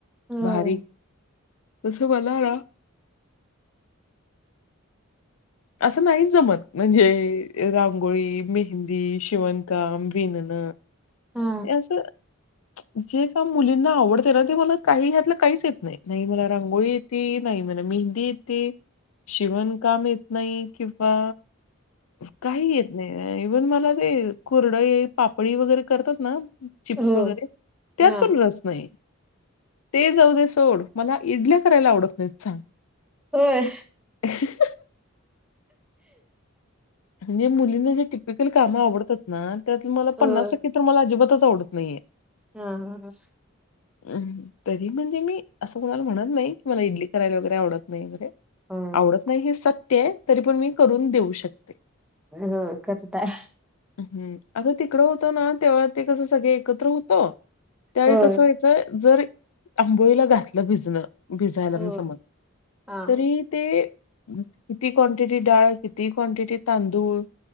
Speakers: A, in the centre; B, on the left (about 80°).
A: होय
B: भारी तस मला ना? असं नाही जमत म्हणजे रांगोळी, मेहंदी, शिवणकाम विणण
A: हा
B: असं जे काम मुलींना आवडतय ना? ते मला काही त्यातलं काहीच येत नाही. नाही मला रांगोळी ते नाही मला मेहंदी येते, शिवण काम येत नाही किंवा काही येत नाही इव्हन मला ते कुरडई पापडी वगैरे करतात ना? चिप्स
A: हो
B: वगैरे त्यात
A: हा
B: पण रस नाही. ते जाऊ दे सोड मला इडल्या करायला आवडत नाहीत सांग
A: होय.
B: ह. म्हणजे मुलींना जे टिपिकल कामं आवडतात ना? त्यात मला
A: होय
B: पन्नास टक्के तर मला अजिबातच आवडत नाहीये.
A: हा हा ह.
B: हम तरी म्हणजे मी असं कोणाला म्हणत नाही कि मला इडली करायला वगैरे आवडत नाही वगैरे
A: होय
B: आवडत नाही हे सत्य आहे तरी पण मी करून देऊ शकते.
A: हो करताय.
B: हम्म, अग तिकडं होतं ना तेव्हा ते कस सगळे एकत्र होतो? त्यावेळी
A: होय
B: कसं व्हायचं, जर आंबोळीला घातलं भिजणं भिजायला
A: हो
B: म समज
A: हा
B: तरी ते किती क्वांटिटी डाळ? किती क्वांटिटी तांदूळ?